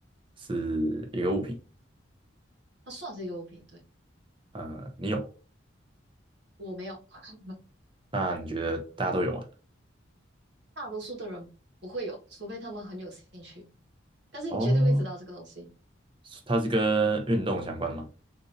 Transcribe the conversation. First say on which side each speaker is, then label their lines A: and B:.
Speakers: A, on the right; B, on the right.
A: 是一个物品，
B: 它算是一个物品，对，
A: 呃，你有，
B: 我没有，<laughs>
A: 那你觉得大家都有吗？
B: 大多数的人不会有，除非他们很有兴趣，但是你绝对会知道这个东西，
A: 哦，它是跟运动相关的吗？